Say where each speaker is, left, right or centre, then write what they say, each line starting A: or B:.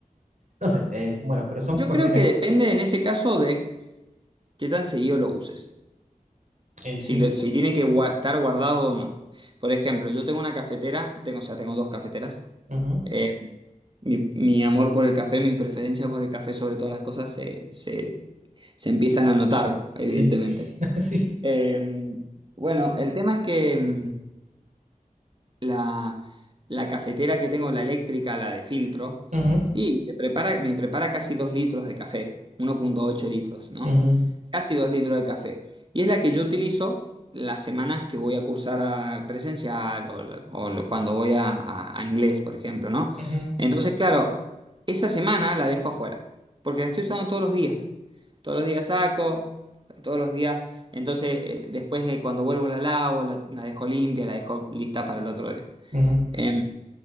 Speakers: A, on the right; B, on the right.
A: no sé, es bueno, pero son
B: Yo
A: cuestiones,
B: creo que depende en ese caso de qué tan seguido lo uses,
A: y
B: si,
A: sí,
B: lo- si tiene que gua- estar guardado o no. Por ejemplo, yo tengo una cafetera, tengo, o sea, tengo dos cafeteras.
A: ujú,
B: Eh, mi, mi amor por el café, mi preferencia por el café sobre todas las cosas se, se se empiezan a notar, evidentemente.
A: sí, <laughs> sí,
B: Eh, bueno, el tema es que mm, la, la cafetera que tengo, la eléctrica, la de filtro,
A: ujú,
B: y te prepara, me prepara casi 2 litros de café, uno punto ocho litros, ¿no?
A: ujú,
B: Casi 2 litros de café. Y es la que yo utilizo las semanas que voy a cursar a presencial o, o lo- cuando voy a, a- a inglés, por ejemplo, ¿no?
A: ujú,
B: Entonces, claro, esa semana la dejo afuera, porque la estoy usando todos los días. Todos los días saco, todos los días entonces, eh, después eh, cuando vuelvo la lavo, la, la dejo limpia, la dejo lista para el otro día.
A: ujú.
B: Eh,